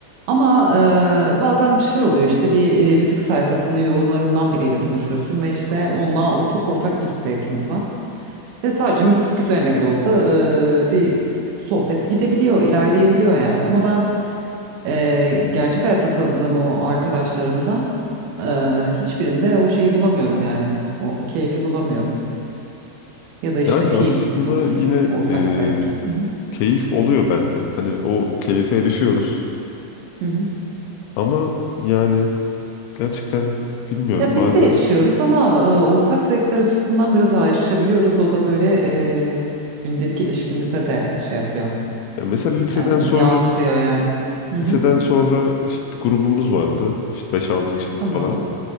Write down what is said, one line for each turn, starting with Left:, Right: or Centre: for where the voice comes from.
Right: Ama eee, bazen bir şey oluyor işte bir eee, müzik sayfasının yorumlarından biriyle tanışıyorsun ve işte onunla o çok ortak müzik zevkiniz var. Ve sadece müzik üzerine bile olsa eee, bir sohbet gidebiliyor, ilerleyebiliyor yani. Ama ben Eee, gerçek hayatta tanıdığım o arkadaşlarımda eee, hiçbirinde o şeyi bulamıyorum yani. O, o keyfi bulamıyorum. Ya da işte
Left: yani
Right: film
Left: aslında
Right: olur.
Left: yine
Right: Ortak zevk.
Left: e,
Right: Hı hı.
Left: keyif oluyor bende. Hani o keyfe erişiyoruz
Right: Hı hı.
Left: ama yani gerçekten bilmiyorum
Right: Ya biz
Left: bazen
Right: de erişiyoruz ama eee, ortak zevkler açısından biraz ayrışabiliyoruz. O da böyle eee, gündelik ilişkimize de şey yapıyor.
Left: Ya mesela liseden
Right: Eee,
Left: sonra
Right: yansıyor
Left: biz
Right: yani. Hı hı.
Left: liseden sonra işte bir grubumuz vardı. İşte beş altı kişilik
Right: Tamam.
Left: falan.